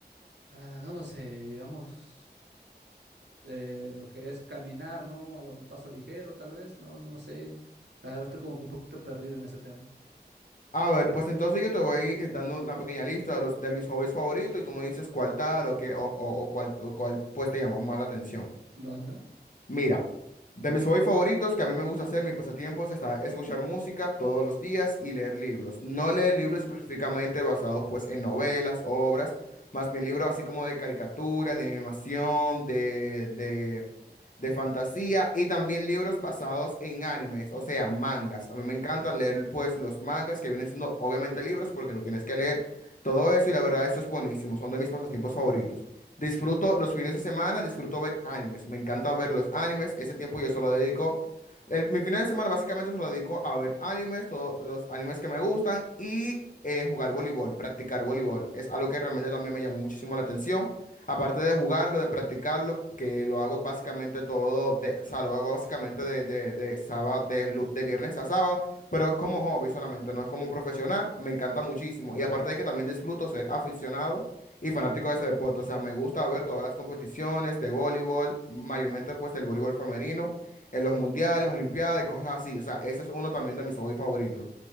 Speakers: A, on the right; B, on the left.
A: ah, no lo sé, digamos, eh, lo que es caminar, ¿no? A un paso ligero, tal vez, no, no sé. La verdad estoy como que un poquito perdido en ese tema.
B: A ver, pues entonces yo te voy a ir dando una pequeña lista de los de mis hobbies favoritos y tú me dices cuál tal o qué o, o, o cuál o cuál pues te llamó más la atención.
A: ¿Verdad?
B: Mira. De mis hobbies favoritos que a mí me gusta hacer, mis pasatiempos, está escuchar música todos los días y leer libros. No leer libros específicamente basados pues en novelas, obras, más bien libros así como de caricatura, de animación, de de de fantasía y también libros basados en animes, o sea, mangas. A mí me encantan leer pues los mangas que vienen siendo obviamente libros porque tú tienes que leer todo eso y la verdad eso es buenísimo, son de mis pasatiempos favoritos. Disfruto los fines de semana, disfruto ver animes, me encanta ver los animes, ese tiempo yo solo dedico, el- mi fin de semana básicamente se lo dedico a ver animes, todos los animes que me gustan y... eh, jugar voleibol, practicar voleibol, es algo que realmente también me llamó muchísimo la atención. Aparte de jugarlo, de practicarlo, que lo hago básicamente todo, de, o sea, lo hago básicamente
A: Ujú.
B: de, de, de sábado, de, lu- de viernes a sábado, pero es como hobby solamente, no es como profesional, me encanta muchísimo. Y aparte de que también disfruto ser aficionado y fanático de ese deporte, o sea, me gusta ver todas las competiciones de voleibol, mayormente pues del voleibol femenino, en los mundiales, olimpiadas y cosas así, o sea, ese es uno también de mis hobbies favoritos.